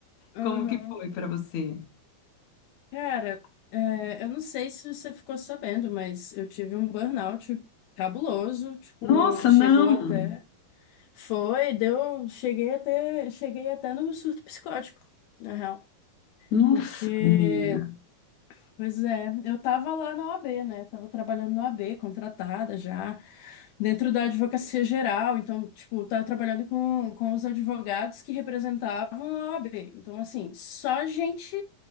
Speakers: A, on the left (about 80°); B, on the left (about 60°).
A: uhum.
B: Como que foi para você?
A: Cara, é, eu não sei se você ficou sabendo, mas eu tive um burnout cabuloso, tipo,
B: Nossa,
A: chegou
B: não.
A: até. Foi, deu. Cheguei até, cheguei até no surto psicótico, na real.
B: Nossa,
A: Porque
B: menina.
A: Pois é, eu tava lá na OAB, né? Tava trabalhando na OAB, contratada já, dentro da advocacia geral. Então, tipo, tava trabalhando com, com os advogados que representavam a OAB. Então, assim, só gente